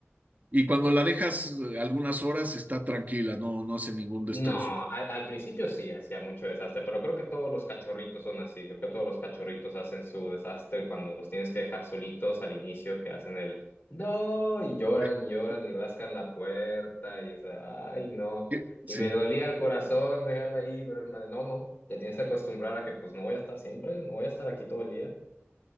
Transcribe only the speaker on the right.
Y cuando la dejas eh, algunas horas está tranquila, no, no hace ningún
destrozo.
<laughs>
Qué- Sí,